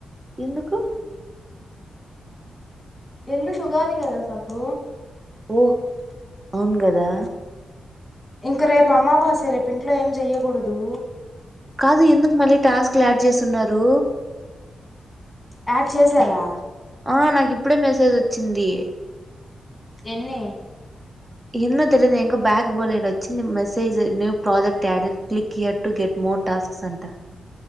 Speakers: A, on the right (about 20°); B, on the left (about 15°).
A: ఎందుకు
B: ఎల్లుండు ఉగాది కదా సబ్బు
A: ఓహ్ అవును కదా
B: ఇంక రేపు అమ్మవాసే రేపుంట్లో ఏం చెయ్యకూడదు
A: కాదు ఎందుకు మళ్ళీ టాస్క్లాడ్ చేస్తున్నారు
B: యాడ్ చేసారా
A: ఆ నాకు ఇప్పుడే మెసేజ్ వచ్చింది
B: ఎన్ని
A: ఎన్నో తెలిదు ఎంకా బ్యాక్ బౌల్డ్ వచ్చి మెసేజ్ న్య్ project added click here to get more tasks అంట